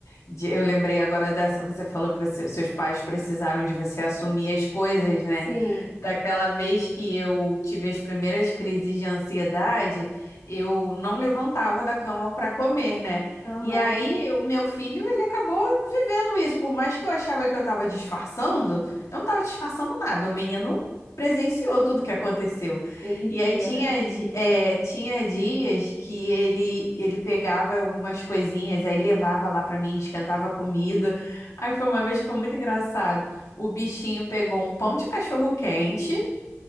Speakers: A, on the left; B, on the left.
A: de- eu lembrei agora dessa, você falou que você- seus pais precisaram de você assumir as coisas, né?
B: Sim,
A: Daquela vez que eu tive as primeiras crises de ansiedade, eu não levantava da cama para comer, né?
B: aham,
A: E aí o meu filho, ele acabou vivendo isso, por mais que eu achava que eu estava disfarçando, eu não estava disfarçando nada, o menino presenciou tudo que aconteceu.
B: ele via,
A: E aí tinha,
B: né?
A: di- é, tinha dias que ele ele pegava algumas coisinhas, aí levava lá pra mim, esquentava comida. Aí foi uma vez que foi muito engraçado. O bichinho pegou um pão de cachorro quente